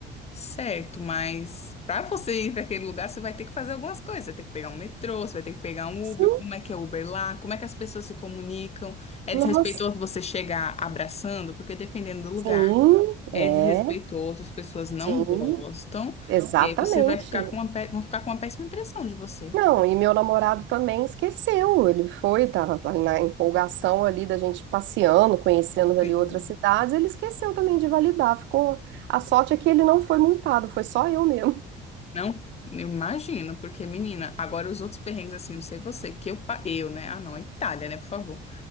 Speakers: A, on the left; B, on the right.
A: Certo, mas para você ir para aquele lugar, você vai ter que fazer algumas coisas. Você vai ter que pegar um metrô, você vai ter que pegar um
B: Sim,
A: Uber. Como é que é Uber lá? Como é que as pessoas se comunicam? É
B: nossa,
A: desrespeitoso você chegar abraçando, porque dependendo do lugar,
B: sim,
A: é
B: é,
A: desrespeitoso, as pessoas não
B: sim,
A: gostam.
B: exatamente.
A: E aí você vai ficar com uma, pé- vão ficar com uma péssima impressão de você.
B: Não, e meu namorado também esqueceu. Ele foi, tava lá na empolgação ali da gente passeando, conhecendo
A: Sim.
B: ali outras cidades, ele esqueceu também de validar. Ficou. A sorte é que ele não foi multado, foi só eu mesmo.
A: Não? Eu imagino, porque, menina, agora os outros perrengues, assim, não sei você, que eu, pa- eu, né? Ah, não, a Itália, né, por favor.